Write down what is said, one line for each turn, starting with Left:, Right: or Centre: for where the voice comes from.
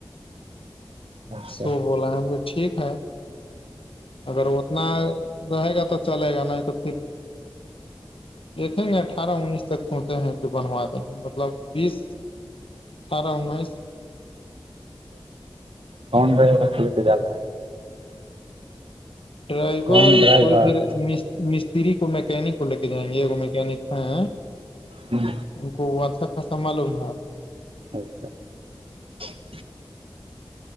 Right: اچھا
Left: سو بولا ٹھیک ہے اگر اتنا رہے گا تو چلے گا نہیں تو پھر دیکھیں گے اٹھارہ انیس تک سوچے ہیں کہ بنوا دیں گے مطلب بیس اٹھارہ انیس
Right: فن رہے گا کھیلتے جانا ہے
Left: ڈرائیور
Right: کون ڈرائیور
Left: کوئی پ مستری کو میکینک کو لے کے جائیں گے میکینک ہیں
Right: ہوں
Left: ان کو و سا خاصا معلوم ہے
Right: اچھا ہ